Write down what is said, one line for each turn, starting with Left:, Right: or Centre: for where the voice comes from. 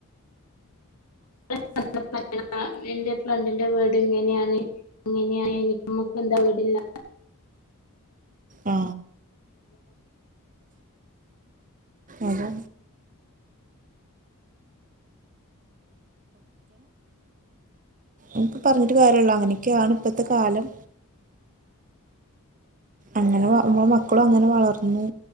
Left: <inaudible> ആ എന്റെ ഫ്രണ്ടിന്റെ വീട്ങ്ങനെയാണ് എങ്ങനെയ എനിക്കമ്മക്ക എന്താ വീടില്ല
Right: ആ അതെ ഒക്കെപറഞ്ഞിട്ട് കാര്യല്യ അങ്ങനെയൊക്കെയാണ് ഇപ്പത്തെ കാലം അങ്ങനെമ്മ മക്കളും അങ്ങനെ വളർന്നു